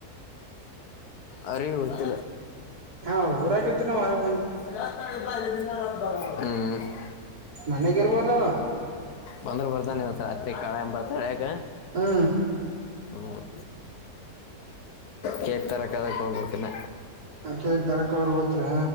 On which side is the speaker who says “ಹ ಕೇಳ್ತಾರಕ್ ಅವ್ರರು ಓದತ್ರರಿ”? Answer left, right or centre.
Right